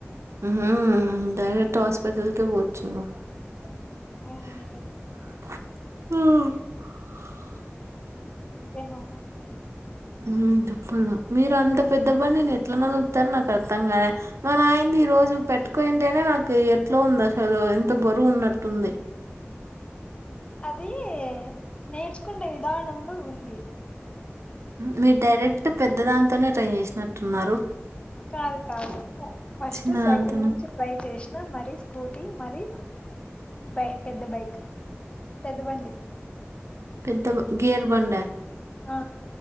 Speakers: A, on the right; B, on the left.
A: హ్మ్ డైరెక్ట్ హాస్పిటల్ కే పోవచ్చు గ హ
B: అవునండి ఇంకేమమ్మ
A: హ్మ చెప్పల మీరు అంత పెద్ద బండి నేను ఎట్లా నడుపుతారు నాకు అర్థంగానే మన నాయంది ఈ రోజు ను పెట్టుకోయింటేనే నాకు ఎట్లో ఉంది అసలు ఎంత బరువు ఉన్నట్టుంది
B: అది నేర్చుకుండే విధానంలో ఉంది
A: మీరు డైరెక్ట్ పెద్ద దానితోనే ట్రై చేసినట్టున్నారు
B: కాదు కాదు ఫస్ట్
A: చిన్నదాంతోన
B: సైకిల్ నుంచి ట్రై చేస్ మరి స్కూటీ మరి బై పెద్ద బైక్ పెద్ద బండి
A: పెద్ద గేర్ బండ
B: ఆ